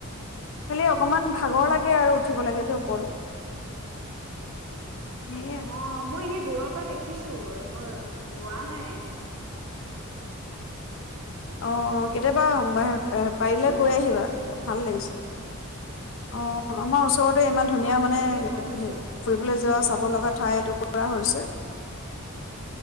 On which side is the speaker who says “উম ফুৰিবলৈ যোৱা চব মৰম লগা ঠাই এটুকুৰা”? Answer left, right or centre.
Left